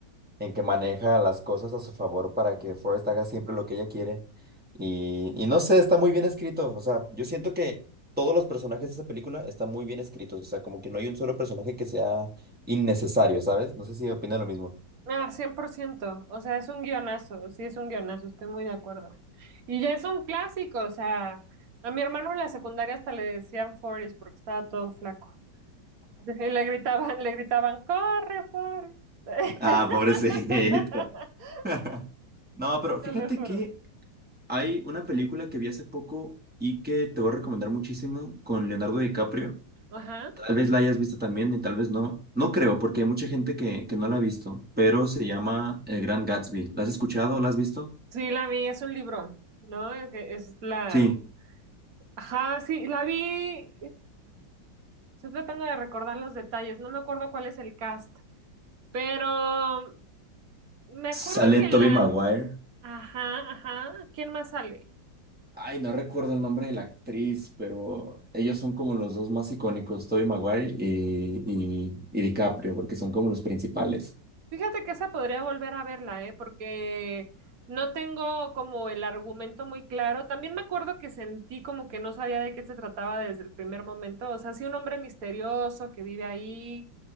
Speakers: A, in the centre; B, on the right.
A: en que maneja las cosas a su favor para que Forrest haga siempre lo que ella quiere. Y, y no sé, está muy bien escrito. O sea, yo siento que todos los personajes de esa película están muy bien escritos. O sea, como que no hay un solo personaje que sea innecesario, ¿sabes? No sé si opina lo mismo.
B: Ah, cien por ciento o sea, es un guionazo, sí es un guionazo, estoy muy de acuerdo. Y ya es un clásico, o sea, a mi hermano en la secundaria hasta le decían Forrest porque estaba todo flaco. Y le gritaban, le gritaban, ¡corre, Forrest! <laughs>
A: Ah, pobrecito. <laughs> No, pero
B: Te
A: fíjate
B: lo juro.
A: que hay una película que vi hace poco y que te voy a recomendar muchísimo con Leonardo DiCaprio.
B: Ajá.
A: Tal vez la hayas visto también y tal vez no. No creo, porque hay mucha gente que, que no la ha visto, pero se llama El Gran Gatsby. ¿La has escuchado? ¿La has visto?
B: Sí, la vi, es un libro, ¿no? El que Es la...
A: Sí.
B: Ajá, sí, la vi. Estoy tratando de recordar los detalles, no me acuerdo cuál es el cast, pero me
A: Sale
B: acuerdo que
A: Tobey
B: la...
A: Maguire.
B: Ajá, ajá. ¿Quién más sale?
A: Ay, no recuerdo el nombre de la actriz, pero ellos son como los dos más icónicos, Tobey Maguire y, y, y DiCaprio, porque son como los principales.
B: Fíjate que esa podría volver a verla, ¿eh? Porque no tengo como el argumento muy claro. También me acuerdo que sentí como que no sabía de qué se trataba desde el primer momento. O sea, sí un hombre misterioso que vive ahí,